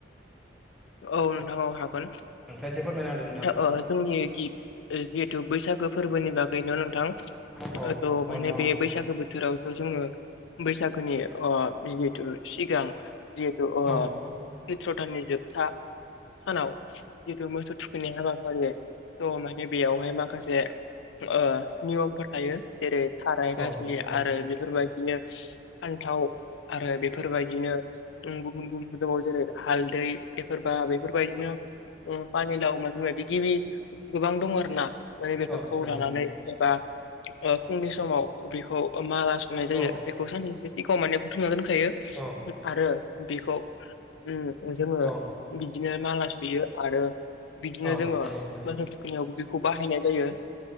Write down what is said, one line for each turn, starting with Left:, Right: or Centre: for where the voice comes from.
Left: औ नोंथां औ हा गोन
Centre: नोंथाङा एसे फोरमायना होदो नोंथां
Left: ओ जोंनि गि जिथु बैसागो। फोरबोनि बागैनो नोंथां।
Centre: औ
Left: ओ थ'
Centre: औ
Left: माने
Centre: नोंथां
Left: बे बैसागो
Centre: औ
Left: बोथोरावथ' जोङो बैसागोनि अ जिहेतु सिगां जिहेथु अ
Centre: औ
Left: सैत्र दाननि जोब था सानाव जितु मोसौ थुखैनाय हाबाफारि थ' माने बेयावहाय माखासे ओ नियमफोर थायो जेरै थाराय
Centre: औ
Left: गाज्लि
Centre: नंगौ
Left: आरो बेफोरबायदिनो फान्थाव आरो बेफोरबायदिनो गुबुन गुबुन दं जेरै हालदै बेफोर बा बेफोरबायदिनो पानि लाव मायबा मायबि गिबि गोबां दं आरो ना। ओमफाय बेफोरखौ
Centre: औ नंगौ नोंथां
Left: लानानै एबा ओ फुंनि समाव बेखौ माला सुनाय जायो
Centre: औ नंगौ
Left: बेखौ सानसेसो सिगाङाव माने बुथुमना दोनखा थायो
Centre: औ
Left: आरो बेखौ उम जोङो
Centre: औ
Left: बिदिनो माला सुयो आरो बिदिनो
Centre: औ
Left: जोङो
Centre: नंगौ नोंथां
Left: मोसौ थुखैनायावबो बे खौ बाहायनाय जायो